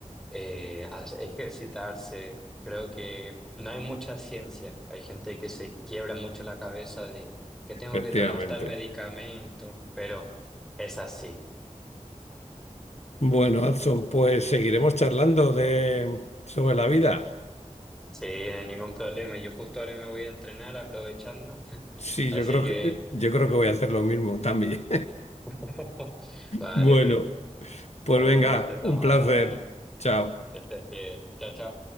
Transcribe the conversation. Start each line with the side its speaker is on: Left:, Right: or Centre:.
Centre: eh, as- ejercitarse. Creo que no hay mucha ciencia. Hay gente que se quiebra mucho la cabeza de que tengo
Left: Efectivamente.
Centre: que tomar tal medicamento, pero es así.
Left: Bueno, Adson, pues seguiremos charlando de sobre la vida.
Centre: Sí, no hay ningún problema. Yo justo ahora me voy a entrenar aprovechando. <laughs>
Left: Sí,
Centre: Así
Left: yo creo
Centre: que,
Left: que yo creo que voy a hacer lo mismo también.
Centre: <laughs> vale,
Left: Bueno,
Centre: Luis,
Left: pues
Centre: fue
Left: venga,
Centre: un gusto, estamos
Left: un placer.
Centre: hablando.
Left: Chao.
Centre: Que estés bien. Chao, chao.